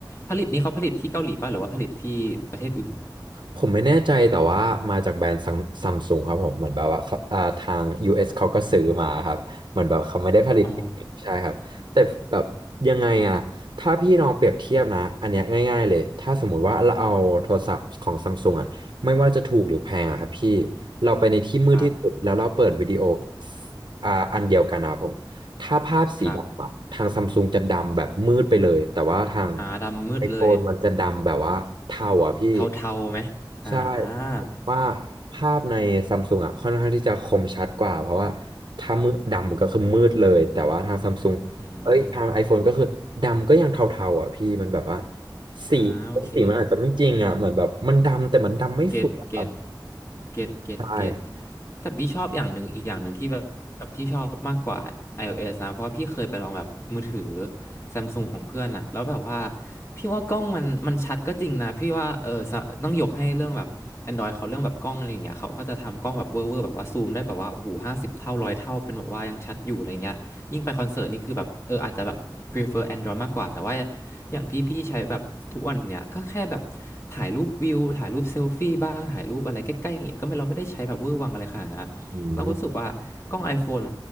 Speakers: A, on the left (about 35°); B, on the right (about 75°).
A: ผลิตนี่เขาผลิตที่เกาหลีป่ะหรือว่าผลิตที่ประเทศอื่น
B: ผมไม่แน่ใจแต่ว่ามาจากแบรนด์ซัมซุงครับผมเหมือนแบบว่าเขาอ่าทาง US เอสเขาก็ซื้อมาครับเหมือนแบบเขาไม่ได้ผลิตเองใช่ครับแต่แบบยังไงอะถ้าพี่ลองเปรียบเทียบนะอันเนี้ยง่ายๆเลยถ้าสมมติว่าเราเอาโทรศัพท์ของซัมซุงอะไม่ว่าจะถูกหรือแพงอะครับพี่
A: อ๋อ
B: เราไปในที่มืดที่สุดแล้วเราเปิดวิดีโอ
A: ครับ
B: อ่าอันเดียวกันนะครับผม ถ้าภาพสีดำอะทางซัมซุงจะดำแบบมืดไปเลยแต่ว่าทาง
A: ครับอ่าดำมืดเลย
B: ไอโฟนมันจะดำแบบว่าเทาอ่ะพี่
A: เทาๆไหมอ่า
B: ใช่ว่าภาพในซัมซุงอ่ะค่อนข้างที่จะคมชัดกว่าเพราะว่าถ้ามืดดำก็คือมืดเลยแต่ว่าทางซัมซุงเอ้ยทาง
A: อืม
B: iPhone ก็คือดำก็ยังเทาๆอ่ะพี่มันแบบว่าสี
A: อ่าโอเค
B: สีมันอาจจะไม่จริงอ่ะเหมือนแบบมันดำแต่มันดำไม่สุดอ่ะครับ
A: เกตเกตเกตเกตเกต
B: ใช่
A: แต่พี่ชอบอย่างหนึ่งอีกอย่างหนึ่งที่แบบแบบที่ชอบมากกว่า iOS นะเพราะว่าพี่เคยไปลองแบบมือถือ Samsung ของเพื่อนอะแล้วแบบว่าพี่ว่ากล้องมันมันชัดก็จริงนะพี่ว่าเออสะต้องยกให้เรื่องแบบ Android เขาเรื่องแบบกล้องอะไรอย่างเงี้ยเขาก็จะทำกล้องแบบเวอร์เวอร์แบบว่าซูมได้แบบว่าโอ้โหห้าสิบเท่าร้อยเท่าเป็นแบบว่ายังชัดอยู่อะไรเงี้ย ยิ่งไปคอนเสิร์ตนี่คือแบบเอออาจจะแบบ prefer Android มากกว่าแต่ว่าอย่างพี่พี่ใช้แบบทุกวันเนี่ยก็แค่แบบถ่ายรูปวิวถ่ายรูปเซลฟี่บ้างถ่ายรูปอะไรใกล้ๆอย่างเงี้ยก็ไม่เราไม่ได้ใช้แบบเวอร์วังอะไรขนาดนั้นนะเราก็รู้สึกว่ากล้อง
B: อืม
A: iPhone